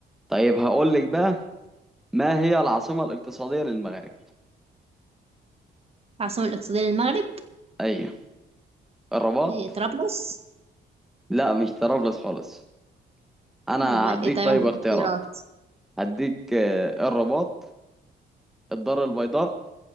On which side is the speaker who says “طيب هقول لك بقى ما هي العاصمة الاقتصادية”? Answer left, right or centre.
Centre